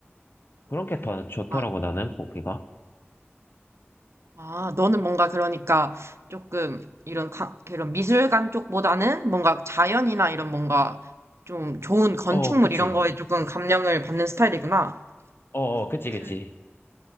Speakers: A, on the left (about 55°); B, on the right (about 70°).
A: 그런 게 더 좋더라고,
B: 아,
A: 나는, 보기가.
B: 아, 너는 뭔가 그러니까 조금 이런 가- 그런 미술관 쪽보다는 뭔가 자연이나 이런 뭔가 좀 좋은 건축물
A: 어, 그치.
B: 이런 거에 조금 감명을 받는 스타일이구나.
A: 어, 어, 그치,
B: 그,
A: 그치.